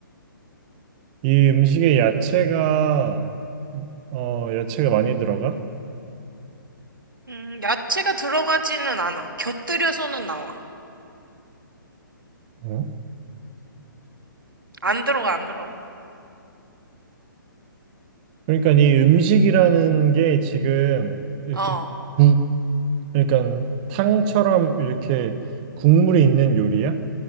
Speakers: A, on the right; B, on the right.
A: 이 음식에 야채가 어, 야채가 많이 들어가?
B: 음, 야채가 들어가지는 않아. 곁들여서는 나와.
A: 어?
B: 안 들어가, 안 들어가.
A: 그러니까 이 음식이라는 게 지금 이렇게
B: 어,
A: 국, 그러니까 탕처럼 이렇게 국물이 있는 요리야?